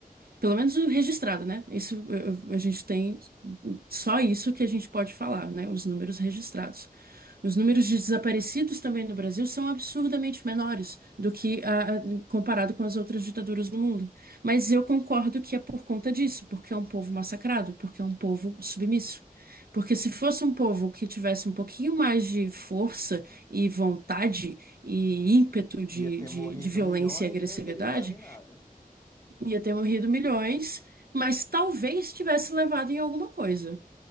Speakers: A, on the right; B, on the left.
A: Pelo menos o registrado, né? Isso eh, eh, a gente tem só isso que a gente pode falar, né? Os números registrados. Os números de desaparecidos também no Brasil são absurdamente menores do que a- a- comparado com as outras ditaduras do mundo. Mas eu concordo que é por conta disso, porque é um povo massacrado, porque é um povo submisso. Porque se fosse um povo que tivesse um pouquinho mais de força e vontade e ímpeto de,
B: ia ter
A: de
B: morrido
A: de violência
B: milhões
A: e agressividade,
B: e não ia ter levado em nada.
A: Ia ter morrido milhões, mas talvez tivesse levado em alguma coisa.